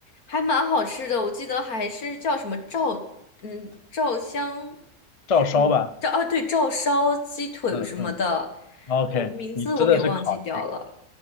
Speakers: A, on the left; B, on the left.
A: 还蛮好吃的。我记得还是叫什么照嗯照香，
B: 照烧吧，
A: 这嗯照啊对照烧鸡腿什么的，
B: 嗯嗯，OK，
A: 我、名字我给忘记掉了。
B: 你吃的是烤的。